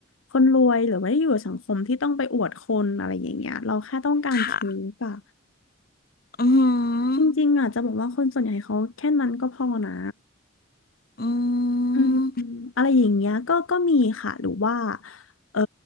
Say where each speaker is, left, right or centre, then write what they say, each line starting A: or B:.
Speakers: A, on the left; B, on the left.
A: คนรวยหรือไม่ได้อยู่ในสังคมที่ต้องไปอวดคนอะไรอย่างเงี้ยเราแค่ต้องการเค้กอะ
B: ค่ะ อืม
A: จริงๆอ่ะจะบอกว่าคนส่วนใหญ่เขาแค่นั้นก็พอนะ
B: อหืออื
A: อืม
B: ม
A: อะไรอย่างเงี้ยก็ก็มีค่ะหรือว่าเออ